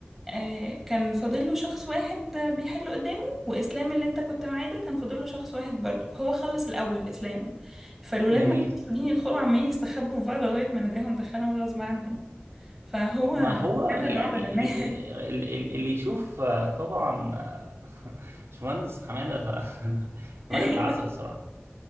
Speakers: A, in the centre; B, on the right.
A: آه، كان فاضل له شخص واحد آه، بيحل قدامه واسلام اللي انت كنت معاه ده كان فاضل له شخص واحد برضه فهو خلص الاول اسلام فالولاد
B: جميل
A: ما كانوش قاعدين يدخلوا عمالين يستخبوا في بعض لغايه ما ناداهم دخلهم غصب عنهم فهو
B: ما هو
A: عامل
B: يعني
A: رعب للناس
B: ال- ال- ال- اللي يشوف آه، طبعا آه، <laughs> باشمهندس حماده ف- <laughs>
A: <laughs>
B: راجل
A: ايوه
B: العسل الصراحه